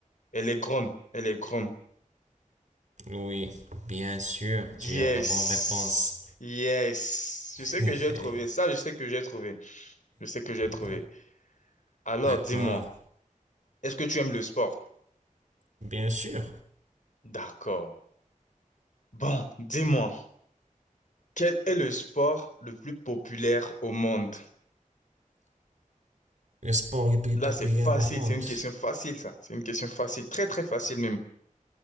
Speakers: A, on the left; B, on the right.
A: Elle est grande, elle est grande.
B: Oui, bien sûr,
A: Yes,
B: tu as la bonne réponse.
A: yes.
B: <laughs>
A: Je sais que j'ai trouvé ça, je sais que j'ai trouvé. Je sais que j'ai trouvé.
B: D'ac-
A: Alors,
B: D'accord,
A: dis-moi, est-ce que tu aimes le sport?
B: bien sûr.
A: D'accord. Bon, dis-moi, quel est le sport le plus populaire au monde?
B: Le sport le plus
A: Là,
B: populaire
A: c'est facile,
B: au monde.
A: c'est une question facile, ça. C'est une question facile, très, très facile même.